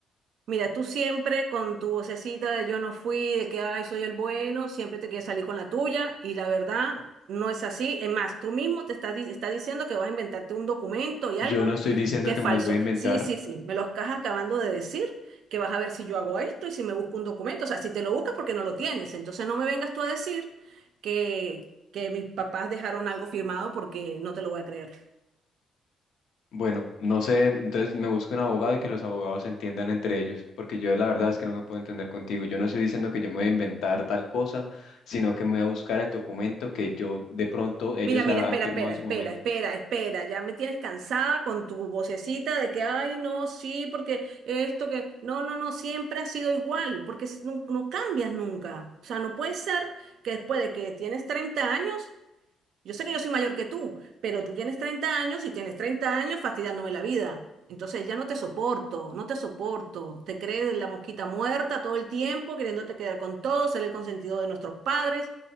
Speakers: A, on the right (about 75°); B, on the left (about 70°).
A: Mira, tú siempre con tu vocecita de yo no fui, de que ay, soy el bueno, siempre te quieres salir con la tuya y la verdad no es así. Es más, tú mismo te estás, di- estás diciendo que vas a inventarte un documento y algo
B: Yo no estoy diciendo
A: que
B: que
A: es falso.
B: me los voy a inventar.
A: Sí, sí, sí, me lo estás acabando de decir, que vas a ver si yo hago esto y si me busco un documento. O sea, si te lo buscas porque no lo tienes. Entonces no me vengas tú a decir que, que mis papás dejaron algo firmado porque no te lo voy a creer.
B: Bueno, no sé, entonces me busco un abogado y que los abogados se entiendan entre ellos, porque yo la verdad es que no me puedo entender contigo. Yo no estoy diciendo que yo me voy a inventar tal cosa, sino que me voy a buscar el documento que yo de pronto ellos
A: Mira, mira,
B: han han
A: espera,
B: firmado
A: espera,
B: en su
A: espera,
B: momento.
A: espera, espera. Ya me tienes cansada con tu vocecita de que, ay, no, sí, porque esto que, no, no, no, siempre ha sido igual, porque si- no, no cambias nunca. O sea, no puede ser que después de que tienes treinta años yo sé que yo soy mayor que tú, pero tú tienes 30 años y tienes 30 años fastidiándome la vida. Entonces ya no te soporto, no te soporto. Te crees la mosquita muerta todo el tiempo, queriéndote quedar con todo, ser el consentido de nuestros padres.